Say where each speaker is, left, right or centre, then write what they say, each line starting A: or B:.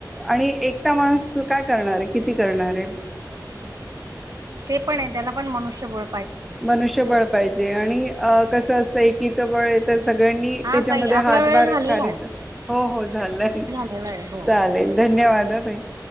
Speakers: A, in the centre; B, on the right.
A: आणि एकटा माणूस काय करणारे. किती करणारे.
B: हम्म. ते पणे. त्याला पण मनुष्य बळ
A: मनुष्यबळ पाहिजे. आणि कसं असतं. एकीचं बळ तर सगळ्यांनी
B: हा
A: त्याच्यामध्ये.
B: ताई आपला
A: हातभार
B: वेळ झालेला
A: खारीचा. हो हो झालंय.
B: ह हो <unintelligible>
A: चालेल धन्यवाद अ ताई.